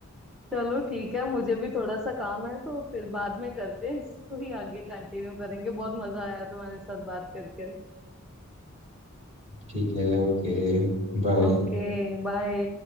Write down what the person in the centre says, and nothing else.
चलो ठीक है मुझे भी थोड़ा सा काम है तो फिर बाद में करते हैं इसको ही आगे कंटिन्यू करेंगे बहुत मजा आया तुम्हारे साथ बात करके
ओके बाय